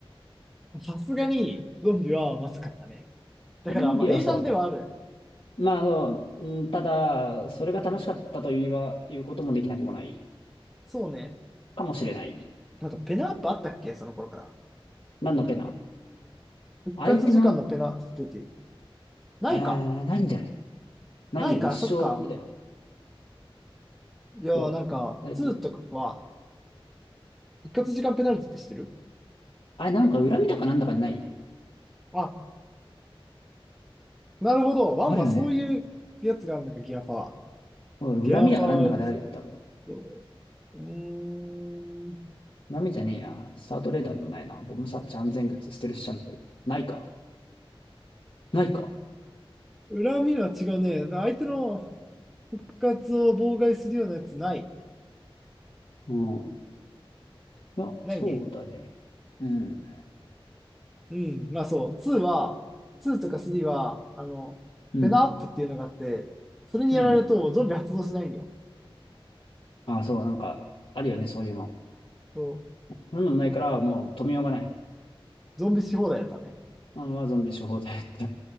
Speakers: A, in the centre; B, on the left.
A: さすがに、ゾンビはまずかったね。だから、
B: ゾンビはそうね。
A: まあ、英断ではある。
B: まあ、あの、うんただ、それが楽しかったというは、
A: うん。
B: いうこともできなくもない
A: そうね。
B: かもしれない。
A: あと、ペナアップあったっけその頃から。
B: 何のペナ
A: 復活時間のペナルティ。
B: 相手の、
A: ないか。
B: あー、ないんじゃないないよ、
A: ないか、
B: 一生、
A: そっか。
B: これだよ。
A: いやー、
B: そう。
A: なんか、
B: 誰っていう。
A: 2とかは、復活時間ペナルティって知ってる
B: あ、なんか恨みだかなんだかない
A: あ、なるほど。1はそういうやつがあるのか、
B: あるよね。
A: ギアパワー。
B: おい恨みだかなんだかであるよ、
A: ギアパワーリス
B: 多分。
A: ト。うーん。
B: 恨みじゃねえや。スタートレーダーでもないな。ボムサーチ安全靴、ステルスシャンプー。ないか。ないか。
A: 恨みは違うね。相手の復活を妨害するようなやつない。
B: うん。いや、
A: ないね。
B: そうだね。うん。
A: うん。まあそう。2は、2とか3は、あの、
B: うん。
A: フェナアップっていうのがあって、それにやられるとゾンビ発動しないんよ。
B: うん。あ、そう、なんか、あるよね、そういうの。
A: そう。
B: そういうのもないから、もう止めようがない。
A: ゾンビし放題やったね。
B: あまあ、ゾンビ処方剤って。